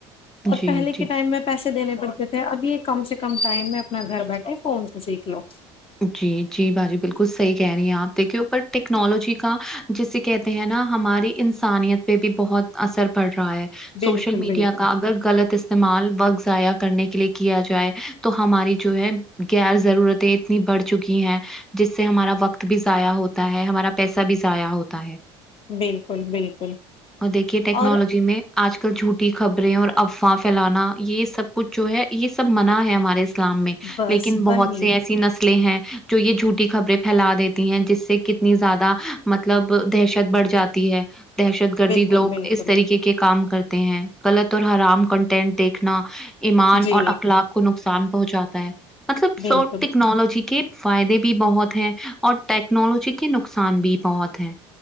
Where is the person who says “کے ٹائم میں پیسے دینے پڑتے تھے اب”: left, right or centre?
Left